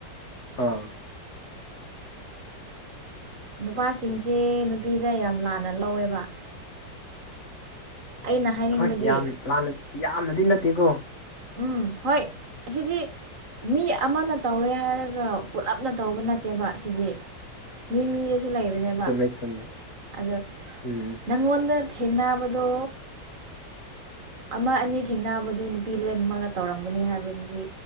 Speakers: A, on the left; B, on the right.
A: ꯑꯥ
B: ꯅꯨꯄꯥꯁꯤꯡꯁꯦ ꯅꯨꯄꯤꯗ ꯌꯥꯝ ꯂꯥꯟꯅ ꯂꯧꯋꯦꯕ ꯑꯩꯅ ꯍꯥꯏꯅꯤꯡꯕꯗꯤ
A: ꯍꯣꯏ ꯌꯥꯝ ꯂꯥꯟꯅ ꯌꯥꯝꯅꯗꯤ ꯅꯠꯇꯦꯀꯣ
B: ꯎꯝ ꯍꯣꯏ ꯁꯤꯗꯤ ꯃꯤ ꯑꯃꯅ ꯇꯧꯋꯦ ꯍꯥꯏꯔꯒ ꯄꯨꯂꯞꯅ ꯇꯧꯕ ꯅꯠꯇꯦꯕ ꯁꯤꯗꯤ ꯃꯤ ꯃꯤꯗ ꯂꯩꯕꯅꯦꯕ
A: ꯆꯨꯝꯃꯦ ꯆꯨꯝꯃꯦ
B: ꯑ
A: ꯎꯝ
B: ꯅꯪꯉꯣꯟꯗ ꯊꯦꯡꯅꯕꯗꯣ ꯑꯃ ꯑꯅꯤ ꯊꯦꯡꯅꯕꯗꯣ ꯅꯨꯄꯤ ꯂꯣꯏꯅꯃꯛꯅ ꯇꯧꯔꯝꯒꯅꯤ ꯍꯥꯏꯕꯗꯨꯗꯤ